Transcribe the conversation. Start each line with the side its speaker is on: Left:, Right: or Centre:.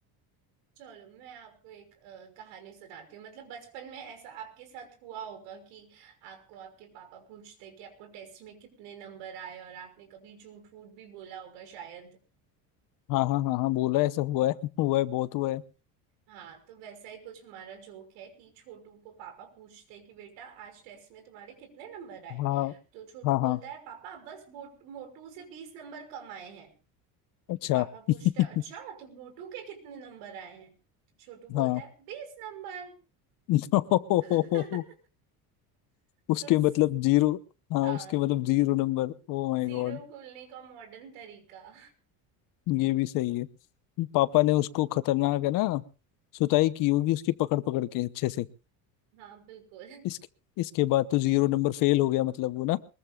Right: चलो मैं आपको एक अ, कहानी सुनाती हूँ मतलब बचपन में ऐसा आपके साथ हुआ होगा कि आपको आपके पापा पूछते कि आपको टेस्ट में कितने नंबर आए और आपने कभी झूठ फूट भी बोला होगा शायद
Left: हाँ हाँ हाँ हाँ बोला है ऐसा हुआ है <laughs> हुआ है बहुत हुआ है
Right: हाँ तो वैसा ही कुछ हमारा जोक है कि छोटू को पापा पूछते कि बेटा आज टेस्ट में तुम्हारे कितने नंबर आए
Left: हाँ
Right: तो छोटू
Left: हाँ
Right: बोलता
Left: हाँ
Right: है पापा बस बोट- मोटू से बीस नंबर कम आए हैं।
Left: अच्छा
Right: तो पापा पूछते
Left: <laughs>
Right: हैं, अच्छा तो मोटू के कितने नंबर आए हैं तो छोटू बोलता
Left: हाँ
Right: है बीस नंबर
Left: <laughs>
Right: <laughs>
Left: नो उसके
Right: तो ज-
Left: मतलब जीरो हाँ
Right: हाँ
Left: उसके मतलब zero number oh my
Right: जीरो
Left: god
Right: बोलने का मॉडर्न तरीका
Left: ये भी सही है पापा ने उसको खतरनाक है ना सुताई की होगी उसकी पकड़ पकड़ के अच्छे से
Right: हाँ बिल्कुल
Left: इसके इसके बाद तो जीरो नंबर फेल हो गया मतलब वो ना